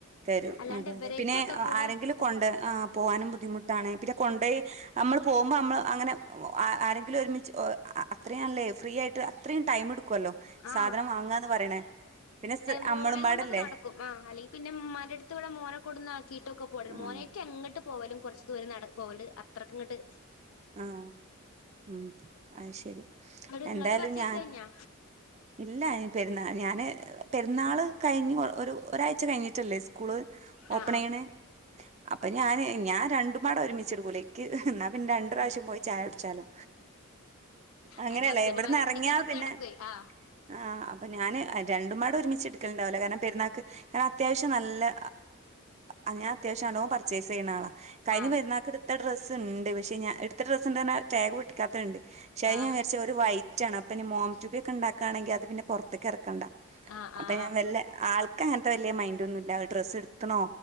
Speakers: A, on the right; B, on the left.
A: തരും
B: അല്ലാണ്ട്
A: അതെതെ
B: ഇവരേറ്റൊക്കെ
A: പിന്നെ
B: കൂടെ
A: ആരെങ്കിലും കൊണ്ട് ആ പോവാനും ബുദ്ധിമുട്ടാണ് പിന്നെ കൊണ്ട് അമ്മൾ പോകുമ്പോ അമ്മൾ അങ്ങനെ ആരെക്കിലും ഒരുമിച്ച് അത്രേം അല്ലെ ഫ്രീയായിട്ട് അത്രയും ടൈമേ ക്കുവല്ലോ സാധനം
B: ആഹ്
A: വാങ്ങാന്ന് പറയണ പിന്നെ
B: മോളെയും
A: അമ്മളും പാടല്ലേ
B: കൊണ്ടൊക്കെ നടക്കും ആ അല്ലെങ്കിൽ പിന്നെ ഉമ്മറ്റെടുത്ത് ഇവിടെ മോന കൊടുന്ന കീട്ടൊക്കെ പോഡെര്
A: ആഹ്
B: മോനേക്കെ എങ്ങോട്ട് പോവലും കുറച്ച് ദൂരം നടക്ക്ല്ണ്ട് അത്രക്ക്ങ്ങോട്ട്
A: ആ ഉം അ ശരി
B: ഇവിടെ
A: എന്തായാലും
B: നിങ്ങളത് പർച്ചേസ്
A: ഞാൻ
B: കഴിഞ്ഞാ
A: ഇല്ല പെരുന്നാൾ ഞാന് പെരുന്നാൾ കഴിഞ്ഞ് ഒരാഴ്ച കഴിഞ്ഞിട്ടല്ലേ സ്കൂള് ഓപ്പൺ
B: ആ ആ
A: ചെയ്യണേ അപ്പൊ ഞാന് ഞാൻ രണ്ടുമാട ഒരുമിച്ചെടുക്കൂല എനിക്ക് എന്നാ പിന്നെ രണ്ട പ്രാവശ്യം പോയി ചായ കുടിച്ചാലോ അങ്ങനെയല്ലേ
B: അയിന് ഹസ്ബൻഡുമാരുണ്ടെങ്കി
A: എവിടന്ന് ഇറങ്ങിയാ
B: നമ്മുക്ക്
A: പിന്നെ
B: നടക്കുവേ ആ
A: ആ അപ്പ ഞാന് രണ്ടു മാട ഒരുമിച്ച് എടുക്കലണ്ടാവില്ല കാരണം പെരുന്നാൾക്ക് കാരണം അത്യാവശം നല്ല് അങ്ങനെ അത്യാവശ്യം ആല്ലോ പർച്ചേസ് ചെയ്യുന്ന ആളാ കഴിഞ്ഞ
B: ആ
A: പെരുന്നാൾക്കെടുത്ത ഡ്രസ്സ് ഡ്രസ് ഉണ്ട് പക്ഷേ എടുത്ത ഡ്രസ്ന്തന ടാഗ് പട്ടിക്കാത്തുണ്ട് ശരിനൻ
B: ആ
A: വിരിച്ച ഒരു വൈറ്റ ആണ് അപ്പൊ ഇനി മോ ചുക്ക്കൊണ്ടക്ക് ഒക്കാണെങ്കിൽ അത് പിന്ന പുറത്തേക്ക് ഇറക്കണ്ട
B: ആ
A: അപ്പൊ
B: ആ ആ
A: ഞാൻ
B: ആ
A: വല്ല ആൾ ത്ത അങ്ങനത്തെ വലിയ മൈൻഡ ഒന്നുമല്ല ഡ്രസ്സ് എടുത്തണോ